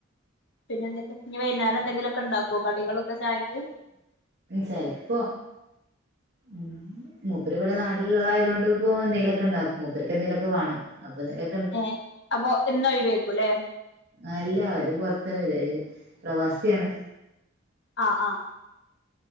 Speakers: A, on the left; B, on the right.
A: പിന്നെ എന്തൊക്കെ ഇനി വൈന്നേരം എന്തെങ്കിലൊക്കെണ്ടാക്കൊ കടികളോക്കെ ചായക്ക്
B: ചെലപ്പൊ ഉം മൂപ്പര് ഇവടെ നാട്ടിലുള്ളതായോണ്ട് ഇപ്പൊ എന്തേലൊക്കെ ഇണ്ടാക്കും മൂപ്പര്ക്ക് എന്തേലും ഓക്കെ വാണം അപ്പൊ എന്തേലു
A: ഏഹ അപ്പൊ എന്നും ഒഴിവേകുല്ലേ
B: ആല്ലാ അവര് പൊറത്ത് <unintelligible> പ്രവാസി ആണ്
A: അഹ ആഹ